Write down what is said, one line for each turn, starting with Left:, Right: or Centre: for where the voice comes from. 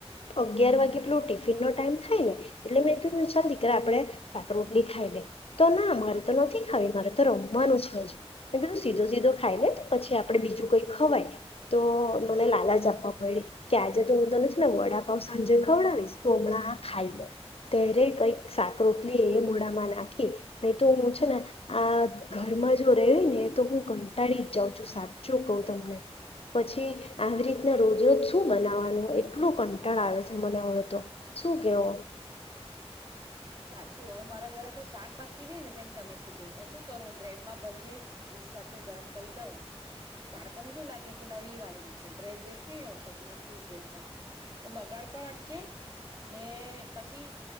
Left: અગયાર વાગ ટિફિન નો ટાઈમ થાય ને, એટલે મે કીધ ચાલ દીકરા આપડે સાક રોટલી ખાઈ લે, તો ના મારે તો નથી ખાવી મારે તો રમવાનું છે અજી, મે કીધું- સીધો સીધો ખાઈ લે તો પછી આપડે બીજું કઈ ખવાય, તો મને લાલાજ આપવા પડે કે આજે તો હું તને છે ને વડાપ સાંજે ખવડાવીશ તો હમણાં આ ખાઈ લે, ત્યારે કઈક શાક રોપલી એ મડાામાં નાખી, ન તો હું છે ને આ ઘરમાં જો રહ્યો ને તો હ કંટાળી જ જાઉં છું સાચું કઉ તમને, પછી આવી રીતના રોજ રજ શું બનાવવાનું એટલું કંટાળ આવે છે. મને આવ તો, શું કેવો?
Right: સાચું હવે મારા ઘરે તો શાક બાકી રહેે ને જેમ તમે કીધું તો શું કરવું બ્રેડમાં ભરીને ચીઝ સાથે ગરમ કરી દઉં, બાળકોને શું લાગે કે નવી વાનગી છે બ્રેડ દેખાય ને ઉપરથી ને ચીઝ દેખાય, તો બગાડ પણ અટકે ને પછી